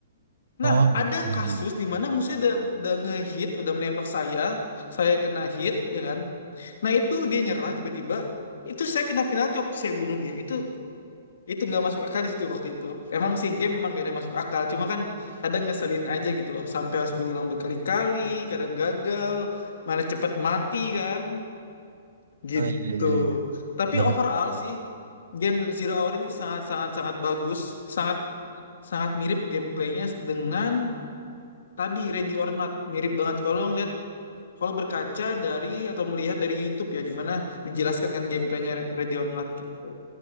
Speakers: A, on the left; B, on the right.
A: nah
B: Oh gitu.
A: ada kasus di mana musuhnya udah, udah ngehit udah menembak saya saya kena hit ya kan nah itu dia nyerah tiba-tiba itu saya kena penalti waktu saya bunuh dia itu itu nggak masuk akal di situ waktu itu. Emang sih game memang gak ada yang masuk akal, cuma kan kadang ngeselin aja gitu loh, sampai harus berulang berkali-kali, kadang gagal, mana cepet mati kan, gitu.
B: Oh iya iya iya.
A: Tapi
B: Ber-
A: overall sih game Zero Hour ini sangat-sangat sangat bagus, sangat sangat mirip gameplaynya dengan tadi Ready or Not, mirip banget kalau ngeliat kalau berkaca dari atau melihat dari YouTube ya, di mana dijelaskan kan gameplaynya Ready or Not gitu.